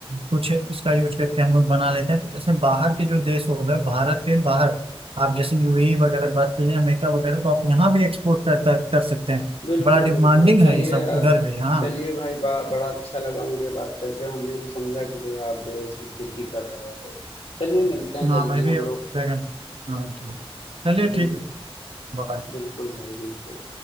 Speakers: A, on the right (about 65°); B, on the left (about 80°).
A: कुछ इसका यूज करके हम लोग बना लेते हैं तो जैसे बाहर के जो देश हो गए भारत के बाहर आप जैसे यूएई वगैरह की बात कर लें अमेरिका वगैरह तो आप यहाँ भी एक्सपोर्ट कर, कर सकते हैं
B: बिल्कुल
A: बड़ा डिमांडिंग
B: बिल्कुल चलिए
A: है ये सब
B: यार
A: उधर भी हाँ
B: चलिए भाई बा, बड़ा अच्छा लगा मुझे बात करके हमने भी समझा कि जो है आप जो है इसकी खेती कर रहे हो चलिए मिलते हैं
A: हाँ
B: जल्दी
A: मैं भी
B: हम
A: ड्रैगन
B: लोग
A: हाँ चलिए ठीक
B: बिल्कुल
A: है बाय
B: बिल्कुल भाई बिल्कुल